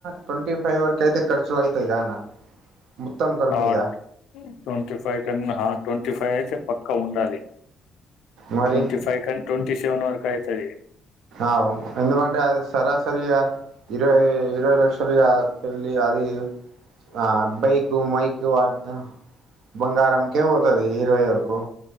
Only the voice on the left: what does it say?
ఆ
ట్వంటీ ఫైవ్ కన్నా, ట్వంటీ ఫైవ్ అయితే పక్కా ఉండాలి.
ట్వంటీ ఫైవ్ కన్ ట్వంటీ సెవెన్ వరకు అయితది.